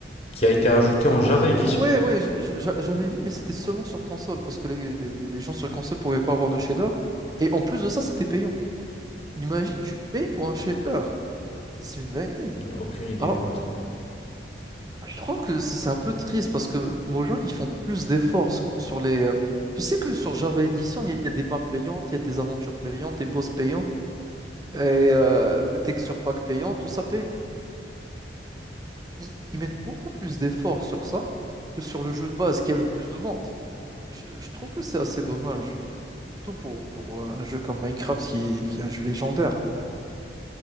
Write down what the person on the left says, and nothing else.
qui a été ajouté en Java
Edition.
Aucune idée
pour être honnête.